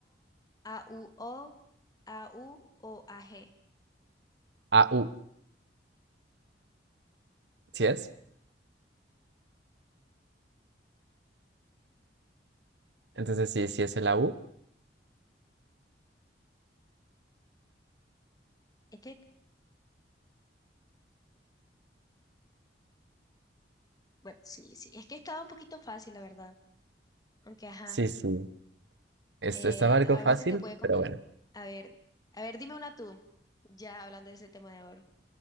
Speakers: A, on the left; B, on the right.
A: o a u o a g
B: a u ¿sí es? Entonces sí, sí es el a u
A: Es que, bueno, sí, sí, es que estaba un poquito fácil, la verdad. Aunque, ajá,
B: Sí, sí. Esto
A: eh,
B: estaba algo
A: a
B: fácil,
A: veces te puede confundir.
B: pero bueno.
A: A ver, a ver, dime una tú, ya hablando de ese tema de ahora.